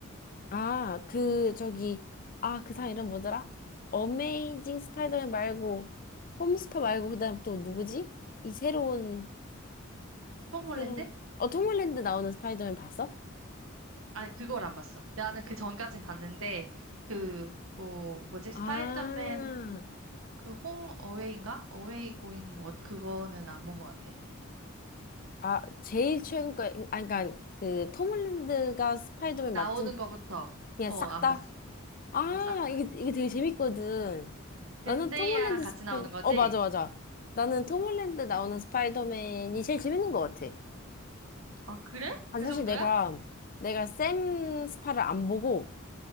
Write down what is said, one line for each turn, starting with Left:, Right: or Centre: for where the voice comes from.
Left: 아, 그, 저기, 아, 그 사람 이름 뭐더라? 어메이징 스파이더맨 말고, 홈스파 말고, 그 다음에 또 누구지? 이 새로운,
Right: 톰
Left: 새로운,
Right: 홀랜드?
Left: 어, 톰 홀랜드 나오는 스파이더맨 봤어?
Right: 아니, 그걸 안 봤어. 나는 그 전까진 봤는데 그 뭐 뭐지?
Left: 아,
Right: 스파이더맨 그 홈 어웨이인가? 어웨이 고잉 뭐 그거는 안 본 것 같아.
Left: 아, 제일 최근 거, 아, 그니까, 그, 톰 홀랜드가 스파이더맨
Right: 나오는
Left: 맡은,
Right: 거부터
Left: 그냥
Right: 어,
Left: 싹
Right: 안
Left: 다?
Right: 봤어.
Left: 아,
Right: 어, 싹 다.
Left: 이게, 이게 되게 재밌거든. 나는
Right: 젠데이아랑
Left: 톰 홀랜드
Right: 같이
Left: 스파이,
Right: 나오는 거지?
Left: 어, 맞아, 맞아. 나는 톰 홀랜드 나오는 스파이더맨이 제일 재밌는 것 같아.
Right: 아, 그래?
Left: 아,
Right: 그
Left: 사실
Right: 정도야?
Left: 내가, 내가 샘 스파를 안 보고,